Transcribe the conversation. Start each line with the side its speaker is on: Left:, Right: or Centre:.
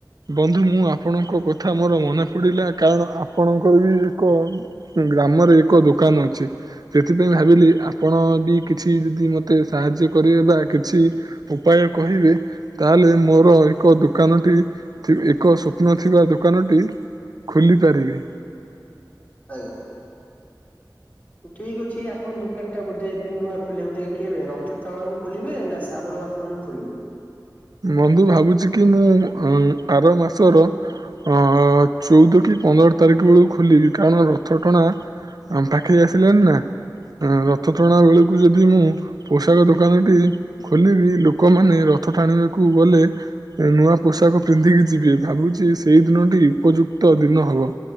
Right: ବନ୍ଧୁ ମୁଁ ଆପଣଙ୍କ କଥା ମୋର ମନେ ପଡ଼ିଲା କାରଣ ଆପଣଙ୍କର ବି ଏକ ଗ୍ରାମରେ ଏକ ଦୋକାନ ଅଛି ସେଥିପାଇଁ ଭାବିଲି ଆପଣ କିଛି ଯଦି ମତେ ସାହାଯ୍ୟ କରିବେ ବା କିଛି ଉପାୟ କହିବେ ତାହେଲେ ମୋର ଏକ ଦୋକାନଟି ଏକ ସ୍ୱପ୍ନ ଥିବା ଦୋକାନଟି ଖୋଲି ପାରିବି।
Left: ଆଜ୍ଞା। ଠିକ ଅଛି ଆପଣଙ୍କ ଦୋକାନ ଟା ବୋଧେ ଏବେ ନୂଆ ଖୋଲ ବୋଧେ କିବେ ରଥ ଟଣାକୁ ଖୋଲିବେ ନା ଶ୍ରାବଣ ଆସ ଖୋଲିବେ।
Right: ବନ୍ଧୁ ଭାବୁଛି କି ମୁଁ ଆର ମାସର ଅ ଚଉଦ କି ପନ୍ଦର ତାରିଖ ବେଳକୁ ଖୋଲିବି କାରଣ ରଥ ଟଣା ଆମ ପାଖି ଆସିଲେ ନା ରଥ ଟଣା ବେଳକୁ ଯଦି ମୁଁ ପୋଷାକ ଦୋକାନଟି ଖୋଲିବି ଲୋକମାନେ ରଥ ଟାଣିବେ କୁ ଗଲେ ନୂଆ ପୋଷାକ ପିନ୍ଧିକି ଯିବେ ଭାବୁଛି ସେଇ ଦିନଟି ଉପଯୁକ୍ତ ଦିନ ହବ।